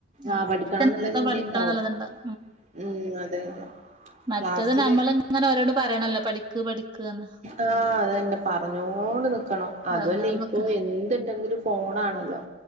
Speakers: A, on the right (about 25°); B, on the right (about 40°).
A: ഉം
B: ആഹ പഠിക്കണംന്നുള്ള
A: എന്താ
B: ചിതിുണ്ടാവും
A: പഠിക്കണം എന്നുള്ളതുണ്ടാവും
B: ഉം അതെ അതെ
A: മറ്റത്
B: ക്ലാസില്
A: നമ്മള് ഇങ്ങനെ ഓരോട് പറയണല്ലോ പഠിക്ക് പഠിക്ക്ന്ന്
B: ആഹ അതന്റെ പറഞ്ഞോണ്ട് നി വക്കണം അതുവല്ല
A: പറഞ്ഞോണ്ട്
B: ഇപ്പോ
A: നിക്ക
B: എന്തുണ്ടെങ്കിലും ഫോണാണല്ലോ